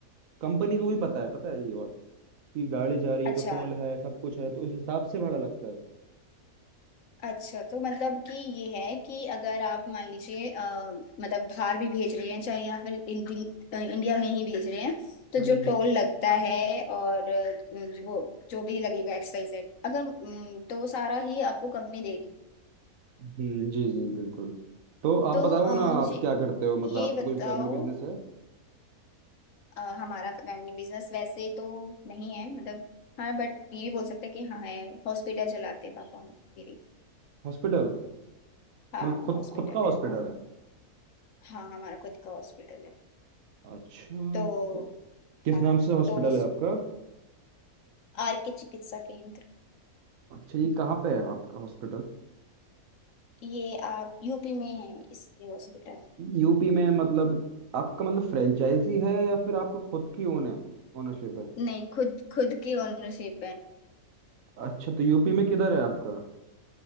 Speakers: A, on the right; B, on the left.
A: कंपनी को भी पता है पता है ये बात कि गाड़ी जा रही
B: अच्छा
A: है तो टोल है सब कुछ है तो उस हिसाब से भाड़ा लगता है
B: अच्छा तो मतलब कि ये है कि अगर आप मान लीजिए अ, मतलब बाहर भी भेज रहे हैं चाहे या फिर इंडि, अ, इंडिया में ही भेज रहे हैं तो
A: हम्म
B: जो टोल लगता है और अ, जो वो जो भी लगेगा एक्सवाइज अगर अम, तो वो सारा ही आपको कंपनी देगी
A: हम्म जी जी बिल्कुल तो आप
B: तो
A: बताओ
B: अ,
A: ना
B: मुझे
A: आप क्या करते हो मतलब
B: ये
A: आपका
B: बताओ
A: कोई फैमिली बिजनेस है
B: अ, हमारा फैमिली बिजनेस वैसे तो नहीं है मतलब हाँ बट ये भी बोल सकते हैं कि हाँ है हॉस्पिटल चलाते हैं पापा हम मेरे
A: हॉस्पिटल
B: हाँ
A: मतलब खुद
B: हॉस्पिटल
A: खुद का हॉस्पिटल
B: है हमारा
A: है
B: हाँ हमारा खुद का हॉस्पिटल है
A: अच्छा
B: तो
A: तो किस
B: हाँ
A: नाम से हॉस्पिटल
B: तो उस-
A: है आपका
B: आर के चिकित्सा केंद्र
A: अच्छा ये कहाँ पे है आपका हॉस्पिटल
B: ये आप यूपी में है इसके हॉस्पिटल
A: यूपी में मतलब आपका मतलब फ्रेंचाइजी है या फिर आपका खुद की ओन है ओनरशिप है
B: नहीं खुद खुद की ओनरशिप है
A: अच्छा तो यूपी में किधर है आपका